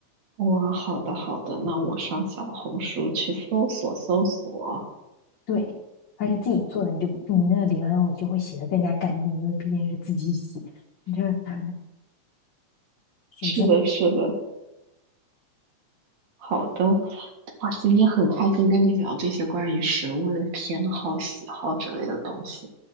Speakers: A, on the right; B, on the left.
A: 哇，好的好的，那我上小红书去搜索搜索。
B: 对，而且自己做的，你就你那个莲藕就会洗的更加干净，因为毕竟是自己洗，你这 <laughs> 是不是？
A: 是的，是的，好的。哇，今天很开心跟你聊这些关于食物的偏好、喜好之类的东西。